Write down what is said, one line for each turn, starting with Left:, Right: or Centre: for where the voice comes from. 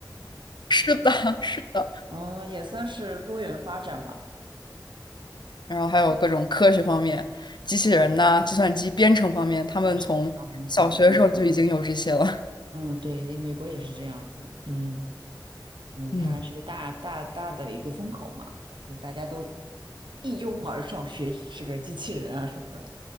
Left: 是的，是的。
Right: 嗯，也算是多元发展吧。
Left: 然后还有各种科学方面，机器人呐、计算机编程方面，他们从小学的时候就已经有这些了。
Right: 还是非常红火。嗯，对，美国也是这样子。嗯，你看来是个大大大的一个风口嘛，
Left: 嗯，
Right: 就大家都一拥而上学这个机器人啊什么的。